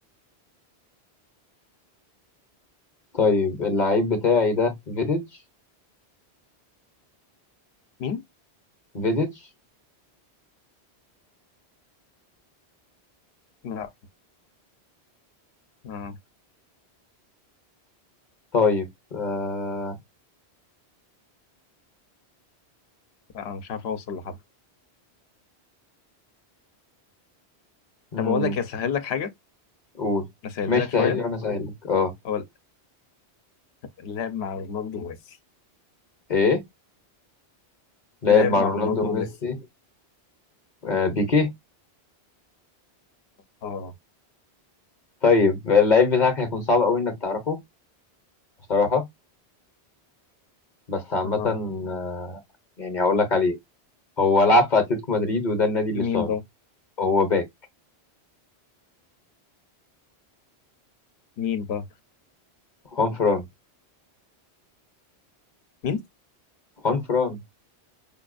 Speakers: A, on the left (about 45°); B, on the left (about 75°).
A: طيب اللعيب بتاعي ده فيديتش
B: مين
A: فيديتش
B: لا آه.
A: طيب آه...
B: لا انا مش عارف اوصل لحد
A: مم.
B: طب اقول لك اسهل لك حاجه
A: قول
B: اسهلها
A: ماشي
B: لك شويه
A: سهل لي وانا سهل لك اه
B: هو لعب مع رونالدو وميسي
A: ايه لعب
B: لعب
A: مع
B: مع
A: رونالدو
B: رونالدو
A: وميسي
B: وميسي
A: آه بيكيه
B: اه
A: طيب اللعيب بتاعك هيكون صعب قوي انك تعرفه بصراحة بس عامة
B: اه
A: آه، يعني هقول لك عليه هو لعب في اتلتيكو مدريد وده النادي اللي
B: مين
A: اشتهره
B: بقى
A: هو باك
B: مين بقى
A: خوان فران
B: مين
A: خوان فران